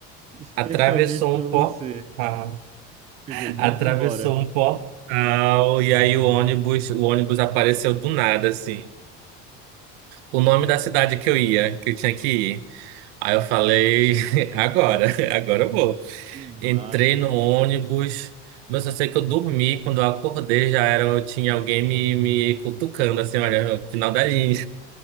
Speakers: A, on the right; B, on the right.
A: especialmente
B: Atravessou
A: para
B: um portal.
A: você.
B: <laughs>
A: Chegou, vamos
B: Atravessou
A: embora.
B: um portal. E aí o ônibus, o ônibus apareceu do nada, assim. O nome da cidade que eu ia, que eu tinha que ir. Aí eu falei, <laughs> agora, agora eu vou.
A: Que
B: Entrei
A: massa.
B: no ônibus, mas eu sei que eu dormi. Quando eu acordei, já era, eu tinha alguém me, me cutucando, assim, olha, final da linha.